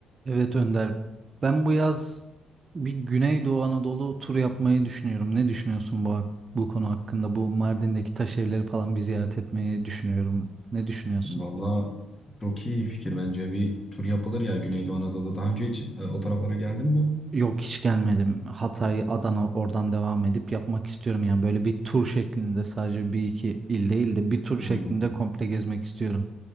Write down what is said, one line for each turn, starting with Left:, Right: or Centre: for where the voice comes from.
Right: Evet Önder. Ben bu yaz bir Güneydoğu Anadolu turu yapmayı düşünüyorum. Ne düşünüyorsun bu hak- bu konu hakkında? Bu Mardin'deki taş evleri falan bir ziyaret etmeyi düşünüyorum. Ne düşünüyorsun?
Left: Valla çok iyi fikir bence bir tur yapılır ya Güneydoğu Anadolu. Daha önce hiç e, o taraflara geldin mi?
Right: Yok hiç gelmedim. Hatay, Adana oradan devam edip yapmak istiyorum. Yani böyle bir tur şeklinde sadece bir iki il değil de bir tur
Left: Hmm.
Right: şeklinde komple gezmek istiyorum.